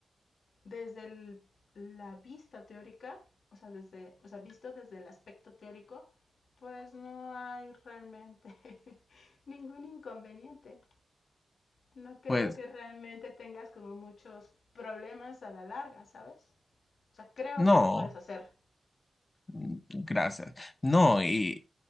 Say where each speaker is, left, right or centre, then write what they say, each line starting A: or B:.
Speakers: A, on the left; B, on the left.
A: desde el- la vista teórica, o sea, desde, o sea, visto desde el aspecto teórico, pues no hay realmente <laughs> ningún inconveniente no creo
B: Pues
A: que realmente tengas como muchos problemas a la larga, ¿sabes? O sea, creo
B: no,
A: que lo puedes hacer.
B: mm, gracias. No, y